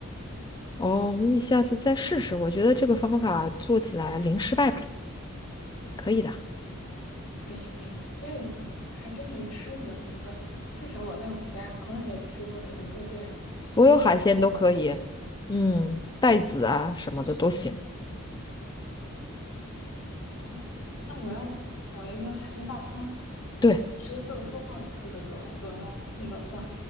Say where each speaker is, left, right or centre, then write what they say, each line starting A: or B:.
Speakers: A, on the left; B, on the left.
A: 哦，你下次再试试，我觉得这个方法做起来零失败吧。可以的，
B: 可以可以，这个我吃还真没吃过这个味儿，至少我在我们家从来没吃过有人做这个用这个方子做东西。
A: 所有海鲜都可以，嗯，带籽啊什么的都行。
B: 哦，松派的哦，那我要搞一个海鲜大餐，
A: 对，
B: 就其实就是多放点儿这个油儿和那个蒜，